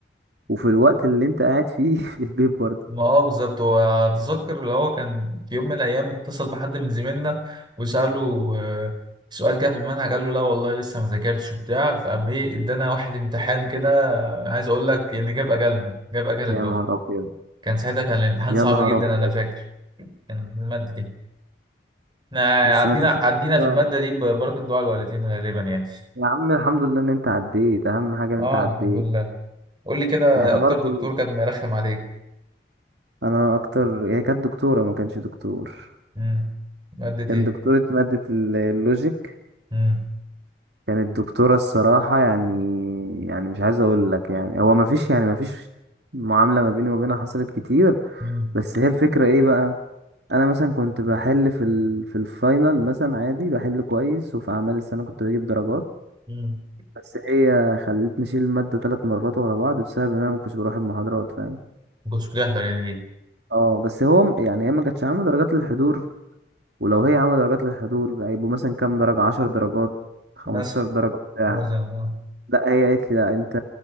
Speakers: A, on the right; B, on the right.
A: وفي الوقت اللي انت قاعد فيه <laughs> في البيت برضه
B: ما هو بالظبط هو أتذكر اللي هو كان في يوم من الأيام اتصل بحد من زميلنا وسأله آه، سؤال كده في المنهج قال له لا والله لسه ما ذاكرتش وبتاع فقام إيه إدانا واحد امتحان كده عايز أقول لك يعني جاب أجلنا جاب أجل الدفعة
A: يا نهار ابيض
B: كان ساعتها كان الامتحان
A: يا
B: صعب
A: نهار
B: جدا
A: ابيض
B: أنا فاكر كان في المادة دي احنا
A: بس
B: عدينا
A: ما تفهمش
B: عدينا
A: بقى
B: في المادة دي ببركة دعاء الوالدين غالبا يعني
A: يا عم الحمد لله ان انت عديت اهم حاجة ان
B: اه
A: انت عديت
B: الحمد لله قول لي كده
A: احنا
B: اكتر
A: برضو
B: دكتور كان مرخم عليك
A: انا اكتر هي كانت دكتورة ما كانش دكتور
B: امم مادة
A: كان
B: ايه
A: دكتورة مادة ال- اللوجيك
B: امم
A: كانت دكتورة الصراحة يعني يعني مش عايز اقول لك يعني هو ما فيش يعني ما فيش معاملة ما بيني وبينها حصلت كتير
B: امم
A: بس هي الفكرة ايه بقى انا مثلا كنت بحل في ال... في الفاينل مثلا عادي بحل كويس وفي اعمال السنة كنت بجيب درجات
B: امم
A: بس هي خلتني اشيل الماده ثلاث مرات ورا بعض بسبب ان انا ما كنتش بروح المحاضرات فاهم
B: ما كنتش بتحضر يعني ليه
A: اه بس هو م- يعني هي ما كانتش عامله درجات للحضور ولو هي عامله درجات للحضور هيبقوا مثلا كام درجه عشر درجات خمستاشر
B: مثلا
A: درجه بتاع
B: مثلا اه
A: لا هي قالت لي لا انت